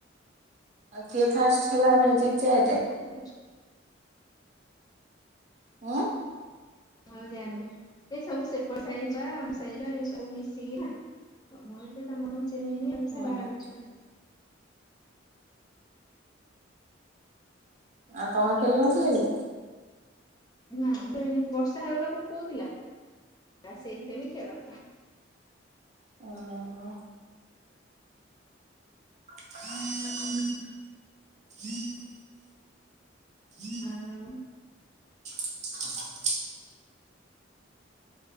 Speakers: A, on the right; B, on the left.
A: ଆଉ କିଏ ଫାଷ୍ଟ ହେଲା ମେଜିକ ଚେୟାରରେ?
B: ଠିକ୍ ଅଛି।
A: ହଁ।
B: ମୁଁ ଆଉ ଜାଣିନି ଏଇ ସବୁ ସେପଟ ସାଇ ଛୁଆ ଆମ ସାଇର ଏସବୁ ମିଶିକି ନା ମୁଁ ଏତ ତମଆମ ଚିହ୍ନନି ଆଉ
A: ହୁଁ
B: ସେ ବାହାର
A: ହୁଁ
B: ଛୁଆ।
A: ଆଉ ତମେ ମାନେ ଖେଳୁନଥିଲ କି?
B: ନାମ ଏନି ବର୍ଷା ହାଲକା ପକଉଥିଲା। ଆ ସେଇଥିରେ ବି ଖେଳ।
A: ହୁଁ। <inaudible>
B: ଆଉ
A: ହ